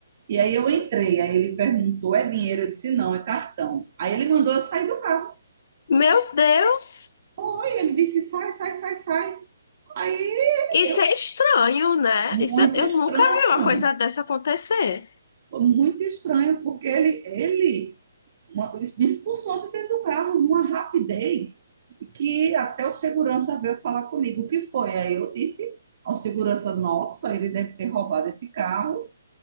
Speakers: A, on the right (about 45°); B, on the left (about 60°).
A: e aí eu entrei, aí ele perguntou, é dinheiro? Eu disse, não, é cartão. Aí ele mandou eu sair do carro.
B: Meu Deus!
A: Aí ele disse, sai, sai, sai, sai. Aí
B: Isso
A: eu,
B: é estranho, né?
A: muito
B: Isso, é- eu
A: estranho,
B: nunca vi uma coisa dessa acontecer.
A: muito estranho, porque ele, ele uma, me expulsou de dentro do carro numa rapidez que até o segurança veio falar comigo o que foi. Aí eu disse ao segurança, nossa, ele deve ter roubado esse carro